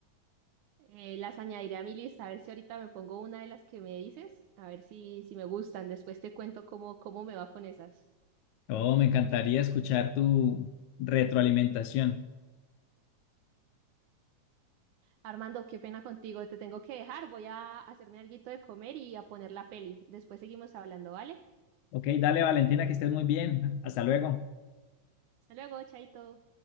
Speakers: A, on the right; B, on the left.
A: Eh, las añadiré a mi lista, a ver si ahorita me pongo una de las que me dices, a ver si, si me gustan. Después te cuento cómo, cómo me va con esas.
B: Oh, me encantaría escuchar tu retroalimentación.
A: Armando, qué pena contigo, te tengo que dejar. Voy a hacerme alguito de comer y a poner la peli. Después seguimos hablando, ¿vale?
B: Ok, dale, Valentina, que estés muy bien. Hasta luego.
A: Hasta luego, chaito.